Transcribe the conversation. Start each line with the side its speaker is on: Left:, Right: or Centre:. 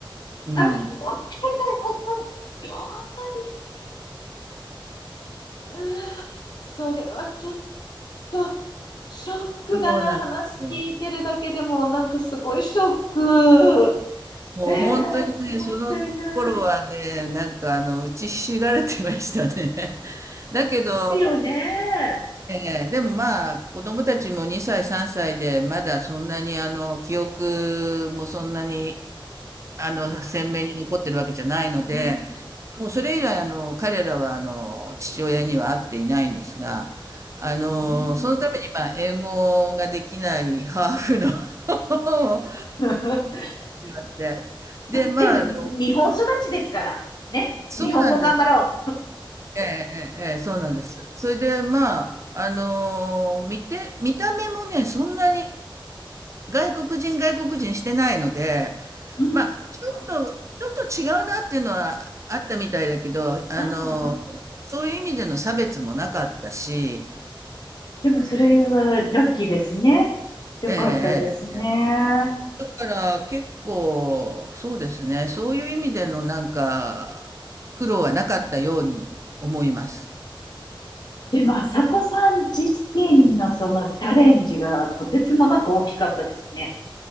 Right: うん。
Left: あ、もったいない、もったいない。そんなに、うわ、それはちょっと、ショックだな、
Right: そうなんですね。
Left: 話聞いてるだけでも、なんかすごいショック。
Right: もう本当にね、
Left: ええもったいない。
Right: その頃はね、
Left: で
Right: なんかあの、打ちひしがれてましたね。<laughs> だけど、
Left: すよね。
Right: ええ、でもまあ、子供たちも2歳、3歳で、まだそんなにあの、記憶もそんなに、あの、
Left: あ
Right: 鮮明に残ってるわけじゃないので、
Left: うん、
Right: もうそれ以来、あの、彼らは、あの、父親には会っていないんですが、あの、
Left: うん
Right: そのために、まあ、英語ができないハーフの <laughs> を
Left: <laughs>。
Right: 始まって、
Left: まあ、
Right: で、まあ、
Left: でもに、
Right: あの、
Left: 日本育ちですから、ね。
Right: そうなんです。
Left: 日本語頑張ろ
Right: ええ、ええ、ええそうなんです。それで、まあ、あのー見て、見た目もね、そんなに、外国人外国人してないので、
Left: う。うん、
Right: まあ、
Left: うん、
Right: ちょっと、ちょっと違うなっていうのはあったみたいだけど、あの、
Left: うん。うん
Right: そういう意味での差別もなかったし、
Left: でも、それはラッキーですね。よかったですね。
Right: ええだから結構、そうですね、そういう意味でのなんか、苦労はなかったように思います。
Left: でも、朝子さん自身のそのチャレンジがとてつもなく大きかったですね。